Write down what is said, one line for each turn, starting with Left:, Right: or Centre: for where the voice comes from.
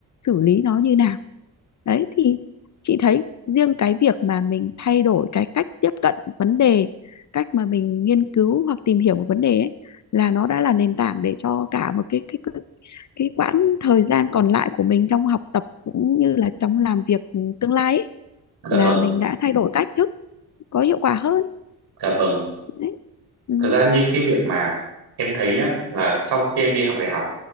Left: xử lý nó như nào đấy thì chị thấy riêng cái việc mà mình thay đổi cái cách tiếp cận vấn đề cách mà mình nghiên cứu hoặc tìm hiểu một vấn đề ấy, là nó đã là nền tảng để cho cả một cái cái cái cái quãng thời gian còn lại của mình trong học tập cũng như là trong làm việc tương lai ấy,
Right: dạ
Left: là
Right: vâng
Left: mình đã thay đổi cách thức có hiệu quả hơn
Right: dạ vâng
Left: đấy ừ
Right: thật ra như cái việc mà em thấy nhá là sau khi em đi học đại học